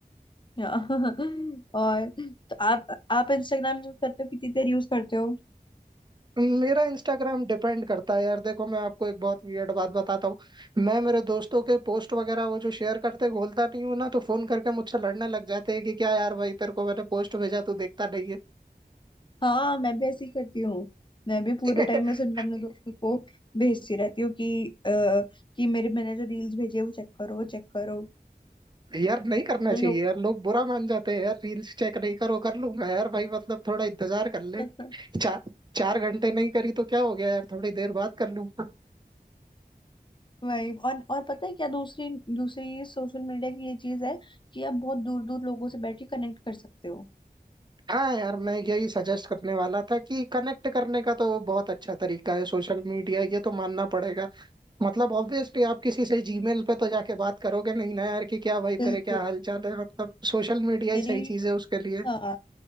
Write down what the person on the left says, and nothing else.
<laughs> और तो आप आप इंस्टाग्राम यूज करते हो कितनी देर यूज करते हो
हाँ मैं भी ऐसे ही करती हूँ मैं भी पूरे
टाइम बस इनकम अपने दोस्तों को भेजती रहती हूँ कि अ, कि मेरे मैंने जो रील्स भेजे वो चेक करो चेक करो
तो
लोगों
को
<laughs>
वही और और पता है क्या दूसरी दूसरी सोशल मीडिया की ये चीज है कि आप बहुत दूर दूर लोगों से बैठ के कनेक्ट कर सकते हो
बिल्कुल
मेरी
हाँ